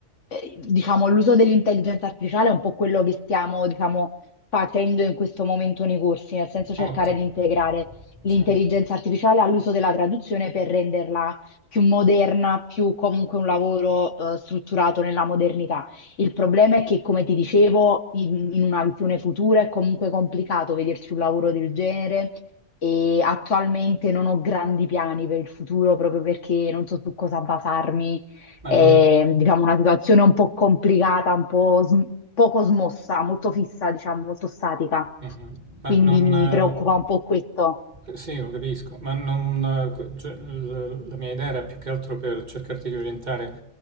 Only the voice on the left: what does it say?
eh, diciamo, l'uso dell'intelligenza artificiale è un po' quello che stiamo, diciamo, facendo in questo momento nei corsi, nel senso cercare
di integrare l'intelligenza
artificiale all'uso della traduzione per renderla più moderna, più comunque un lavoro eh, strutturato nella modernità. Il problema è che, come ti dicevo, in, in una visione futura è comunque complicato vederci un lavoro del genere e attualmente non ho grandi piani per il futuro proprio perché non so su cosa basarmi.
È,
diciamo, una situazione un po' complicata, un po' sm- poco smossa, molto fissa, diciamo, molto statica.
Quindi
mi
preoccupa un po' questo.